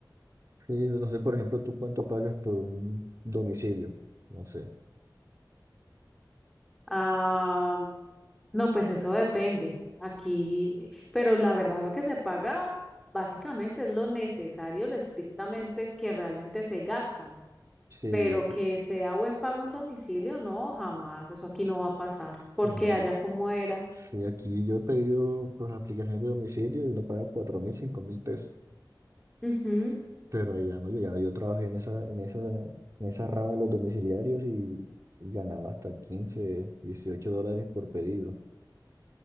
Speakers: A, on the right (about 45°); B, in the centre.
A: Sí, no sé, por ejemplo, tú cuánto pagas por un domicilio. No sé.
B: Ah, No, pues eso depende. Aquí, pero la verdad lo que se paga básicamente es lo necesario, lo estrictamente que realmente se gastan,
A: Sí,
B: pero
A: yo,
B: que sea buen pago un domicilio, no, jamás, eso aquí no va a pasar, porque
A: no,
B: allá como era.
A: sí, aquí yo he pedido por las aplicaciones de domicilio y no paga cuatro mil, cinco mil pesos.
B: Ujú.
A: Pero allá no yo ya Yo trabajé en esa, en esa, en esa rama de los domiciliarios y, y ganaba hasta 15 18 dólares por pedido.